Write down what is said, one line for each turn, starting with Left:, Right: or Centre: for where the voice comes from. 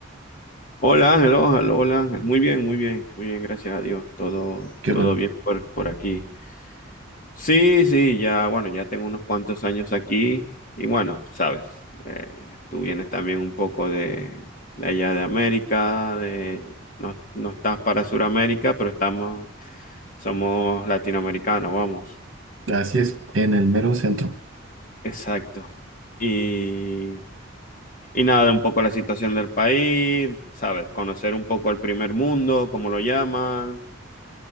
Left: Hola Ángel, hola, hola Ángel. Muy bien, muy bien, muy bien, gracias a Dios. Todo,
Right: que
Left: todo
Right: bueno,
Left: bien por, por aquí. Sí, sí, ya, bueno, ya tengo unos cuantos años aquí y bueno, sabes, eh, tú vienes también un poco de, de allá de América, de, no, no estás para Sudamérica, pero estamos, somos latinoamericanos, vamos.
Right: así es, en el mero centro.
Left: Exacto. Y, y nada, un poco la situación del país, sabes, conocer un poco el primer mundo, como lo llaman.